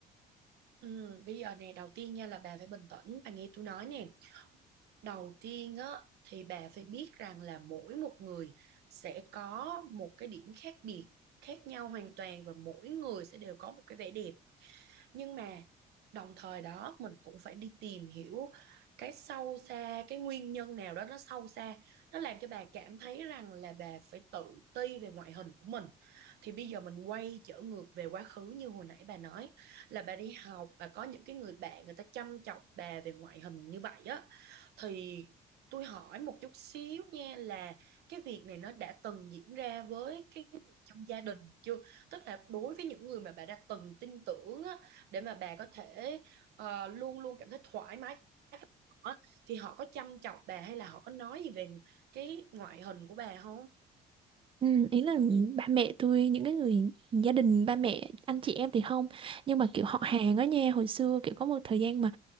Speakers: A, on the right (about 75°); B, on the right (about 30°).
A: Ừ, bây giờ nè đầu tiên nha là bà phải bình tĩnh bà nghe tôi nói nè đầu tiên á thì bà phải biết rằng là mỗi một người sẽ có một cái điểm khác biệt khác nhau hoàn toàn và mỗi người sẽ đều có một cái vẻ đẹp nhưng mà đồng thời đó mình cũng phải đi tìm hiểu cái sâu xa cái nguyên nhân nào đó nó sâu xa nó làm cho bà cảm thấy rằng là bà phải tự ti về ngoại hình của mình thì bây giờ mình quay trở ngược về quá khứ như hồi nãy bà nói là bà đi học bà có những cái người bạn người ta chăm chọc bà về ngoại hình như vậy á thì tôi hỏi một chút xíu nha là cái việc này nó đã từng diễn ra với cái người trong gia đình chưa? Tức là đối với những người mà bà đã từng tin tưởng á, để mà bà có thể ờ, luôn luôn cảm thấy thoải mái với họ á, thì họ có chăm chọc bà hay là họ có nói gì về cái ngoại hình của bà không?
B: Ừ, ý là ba mẹ tôi những cái người gia đình ba mẹ anh chị em thì không nhưng mà kiểu họ hàng á nha hồi xưa kiểu có một thời gian mà